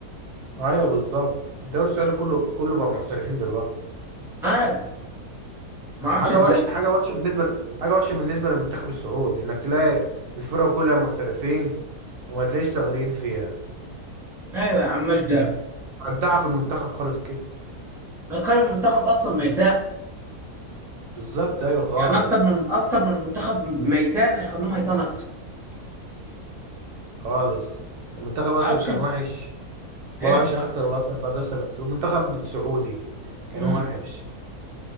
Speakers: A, on the right (about 80°); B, in the centre.
A: ايوه بالظبط الدوري السعودي كله كله بقى محترفين دلوقتي
B: ما ما اعرفش
A: حاجة
B: ازاي
A: وحشة حاجة وحشة بالنسبة ل- حاجة وحشة بالنسبة للمنتخب السعودي انك تلاقي الفرق كلها محترفين وما تلاقيش سعوديين فيها
B: ايوه يا عم ماشي ده
A: ودعها في المنتخب خالص كده
B: هيخلي المنتخب اصلا ميتاء
A: بالظبط ايوه خالص
B: يعني اكتر من اكتر من المنتخب ميتان هيخلوه ميتان اكتر
A: خالص المنتخب اصلا
B: ما اعرفش
A: كان وحش بقى
B: ايه
A: وحش اكتر واكتر بقى بيخسر المنتخب السعودي كان
B: امم
A: وحش